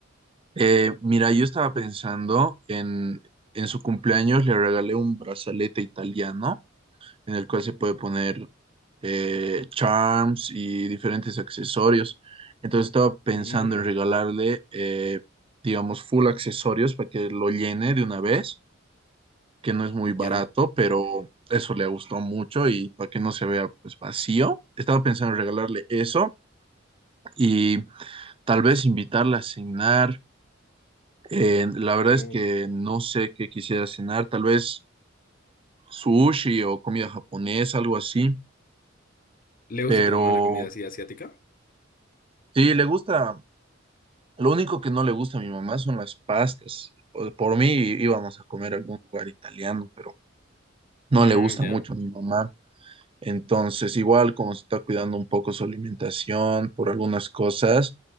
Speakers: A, on the right; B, on the left.
A: eh, mira, yo estaba pensando en, en su cumpleaños le regalé un brazalete italiano en el cual se puede poner eh, charms y diferentes accesorios. Entonces estaba pensando
B: Mm,
A: en regalarle, eh, digamos, full accesorios para que lo llene de una vez que no es muy barato,
B: ya.
A: pero eso le gustó mucho y para que no se vea pues vacío. Estaba pensando en regalarle eso y tal vez invitarla a cenar. Eh, la verdad
B: Mm.
A: es que no sé qué quisiera cenar, tal vez sushi o comida japonesa, algo así,
B: ¿Le gusta
A: pero
B: a tu mamá la comida así asiática?
A: sí, le gusta, lo único que no le gusta a mi mamá son las pastas. Por, por mí íbamos a comer a algún lugar italiano, pero no
B: Mm,
A: le gusta
B: ya.
A: mucho a mi mamá. Entonces, igual como se está cuidando un poco su alimentación por algunas cosas,